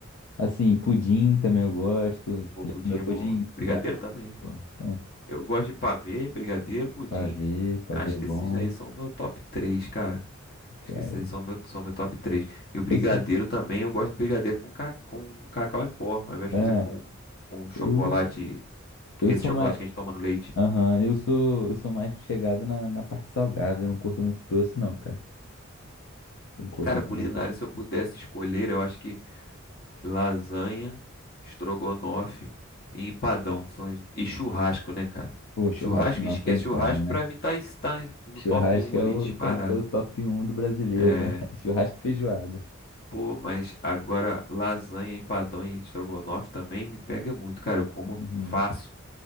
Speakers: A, on the left (about 80°); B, on the left (about 45°).
A: Assim, pudim também eu gosto.
B: pô,
A: Já
B: pudim
A: comeu
B: é
A: pudim?
B: bom. Brigadeiro
A: Já.
B: também.
A: pô. Então,
B: Eu gosto de pavê, brigadeiro, pudim.
A: pavê, pavê
B: Acho
A: é
B: que
A: bom.
B: esses daí são o meu top três cara.
A: Cara,
B: Acho que esses daí são o meu, são o meu top três E o brigadeiro
A: eu sou.
B: também, eu gosto do brigadeiro com, ca, com cacau em pó, ao invés
A: Ah,
B: de fazer com, com chocolate,
A: eu, eu
B: esse
A: sou
B: chocolate
A: mais.
B: que a gente toma no leite.
A: Aham, eu sou, eu sou mais chegado na, na parte salgada. Eu não curto muito doce, não, cara. Eu curto
B: Cara, culinária,
A: mais.
B: se eu pudesse escolher, eu acho que lasanha, estrogonofe e empadão são as- e churrasco, né, cara?
A: Pô, churrasco
B: Churrasco
A: não
B: esquece,
A: tem como,
B: churrasco
A: né?
B: pra mim tá, em- tá em- no
A: Churrasco
B: top um
A: é
B: ali
A: o,
B: disparado.
A: tem que ser o top um do brasileiro,
B: É,
A: né? <laughs> Churrasco e feijoada.
B: pô, mas agora lasanha, empadão e estrogonofe também me pega muito, cara. Eu como
A: Uhum.
B: fácil,